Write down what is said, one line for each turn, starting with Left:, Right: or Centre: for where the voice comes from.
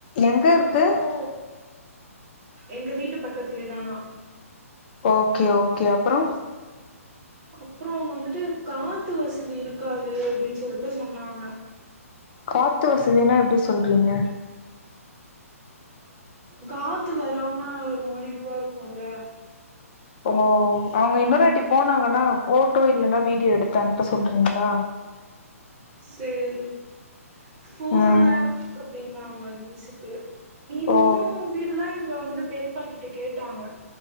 Left: எங்க
Right: அப்றோ
Left: இருக்கு
Right: எங்க வீட்டு பக்கத்திலியே தானா
Left: ஓகே ஓகே அப்றோ
Right: அப்றோ அவுங்க வந்துட்டு காத்து வசதி இருக்காது அப்படின் சொல்ட்டு சொன்னாங்க
Left: காத்து வசதினா எப்டி சொல்றீங்க
Right: காத்து வராம ஒரு மாரி இதுவா இருக்குல்ல
Left: அவ்ங்கோ அவுங்க இன்னொரு வாட்டி போனாங்கன்னா ஃபோட்டோ இல்லன்னா வீடியோ எடுத்து அனுப்ப சொல்றீங்ளா
Right: சேரி ஃபோர்
Left: ம்
Right: லேக் அப்டின்னா அவுங்க லீசுக்கு மீதி
Left: ஓ
Right: உன்னு வீடுதா இங்க வந்து பெரியப்பா கிட்ட கேட்டாங்க